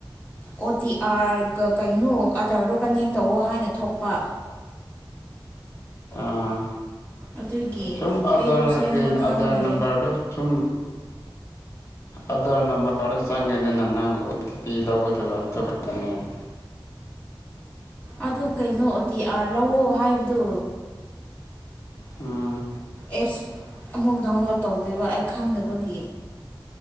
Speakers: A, on the left (about 20°); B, on the left (about 35°).
A: ꯑꯣ ꯇꯤ ꯑꯥꯔꯒ ꯀꯩꯅꯣ ꯑꯗꯥꯔꯗꯨꯣ ꯀꯟꯅꯦꯛ ꯇꯧꯋꯣ ꯍꯥꯏꯅ ꯊꯣꯛꯄ
B: ꯑꯥ
A: ꯑꯗꯨꯒꯤ
B: ꯁꯨꯝ ꯑꯥꯙꯔꯒꯤ
A: ꯑꯩꯗꯣ ꯁꯦꯝꯕ ꯈꯪꯗ꯭ꯔꯦ
B: ꯑꯥꯙꯔ ꯅꯝꯕꯔꯗꯨ ꯁꯨꯝ ꯑꯙꯔ ꯅꯝꯕꯔꯗꯣ ꯆꯪꯉꯦ ꯗꯅꯥ ꯅꯪ ꯑꯣ ꯇꯤ ꯄꯤ ꯂꯧꯒꯗꯕ ꯑꯗꯨ ꯈꯛꯇꯅꯦ <inaudible>
A: ꯑꯗꯨ ꯀꯩꯅꯣ ꯑꯣ ꯇꯤ ꯑꯥꯔ ꯂꯧꯋꯣ ꯍꯥꯏꯕꯗꯣ
B: ꯎꯝ
A: ꯑꯦꯞꯁ ꯑꯃꯨꯛ ꯗꯥꯎꯟꯂꯣꯗ ꯇꯧꯗꯣꯏꯕ ꯑꯩ ꯈꯪꯗꯕꯒꯤ